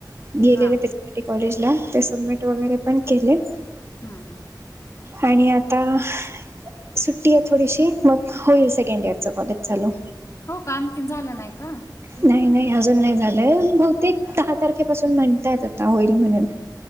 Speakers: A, on the right; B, on the left.
A: गेलेले
B: हा
A: ते त्यासाठी कॉलेजला ते सबमिट वगैरे पण केले.
B: हं-हं
A: आणि आता सुट सुट्टी थोडीशी मग होईल, सेकंड इयरच बहुतेक चालू.
B: हो का आणखीन झालं नाही का?
A: नाही- नाही, अजून नाही झालंय बहुतेक दहा तारखेपासून म्हणतायेतं आता होईल म्हणून.